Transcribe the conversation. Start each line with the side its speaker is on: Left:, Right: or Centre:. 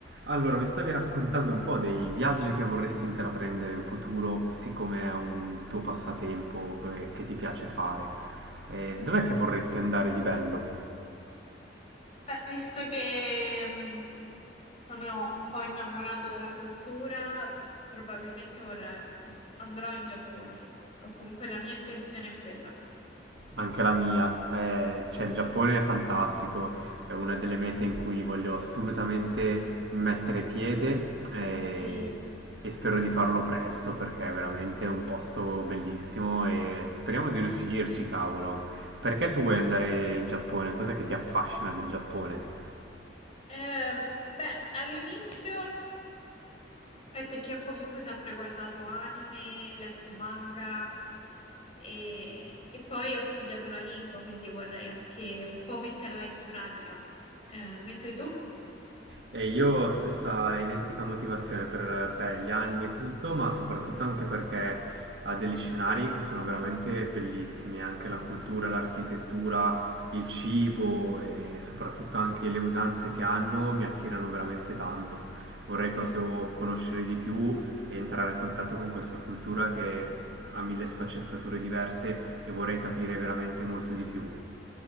Right: Allora, mi stavi raccontando un po' dei viaggi che vorresti intraprendere in futuro, siccome è un tuo passatempo che, che ti piace fare. Eh, dov'è che vorresti andare di bello?
Left: Beh, visto che mh, sono un po' innamorata della cultura, probabilmente vorrei, andrò in Giappone, o comunque la mia intenzione è quella.
Right: Anche la mia. Eh, cioè, il Giappone è fantastico, è una delle mete in cui voglio assolutamente mettere piede eh,
Left: Mm.
Right: e spero di farlo presto perché è veramente un posto bellissimo e speriamo di riuscirci, cavolo. Perché tu vuoi andare in Giappone? Cos'è che ti affascina del Giappone?
Left: Eh, beh, all'inizio è perché ho comunque sempre guardato anime, letto manga e, e poi ho studiato la lingua, quindi vorrei anche un po' metterla in pratica. Eh, mentre tu?
Right: E io stessa identica motivazione per beh, gli anime e tutto, ma soprattutto anche perché ha degli scenari che sono veramente bellissimi, anche la cultura, l'architettura, il cibo e soprattutto anche le usanze che hanno mi attirano veramente tanto. Vorrei proprio
Left: Mm,
Right: conoscere di più e entrare a contatto con questa cultura che ha mille sfaccettature diverse e vorrei capire veramente molto di più.